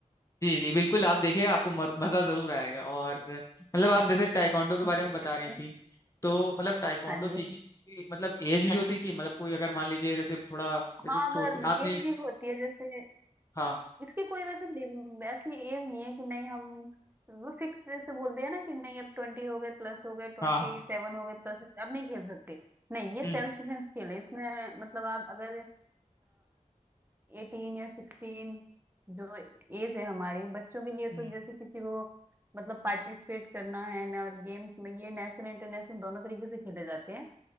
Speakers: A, on the left; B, on the right.
A: जी जी बिल्कुल आप देखिएगा आपको मर- मजा जरूर आएगा और मतलब
B: जी
A: आप जैसे
B: बिल्कुल
A: टाइकोंडो के बारे में
B: देखेंगे
A: बता रही थी तो मतलब टाइकोंडो
B: हाँ
A: सीखने
B: जी
A: की कोई मतलब एज भी होती है कि मतलब कोई अगर मान लीजिए जैसे थोड़ा जैसे
B: हाँ
A: छोटे
B: अगर
A: आपने
B: एज भी होती है जैसे
A: हाँ
B: इसकी कोई वैसे लिम- ऐसी एज नहीं है कि नहीं हम वो फिक्स से बोलते हैं ना कि नहीं अब ट्वेंटी हो गए प्लस हो गए ट्वेंटी
A: हाँ
B: सेवन हो गए प्लस अब नहीं खेल सकते नहीं ये
A: हम्म
B: सेल्फ डिफेंस खेल है इसमें मतलब आप अगर एटीन या सिक्सटीन जो एज है हमारी बच्चों के लिए
A: हम्म,
B: तो जैसे किसी को मतलब पार्टिसिपेट करना है ना और गेम्स में ये नेशनल इंटरनेशनल दोनों तरीके से खेले जाते हैं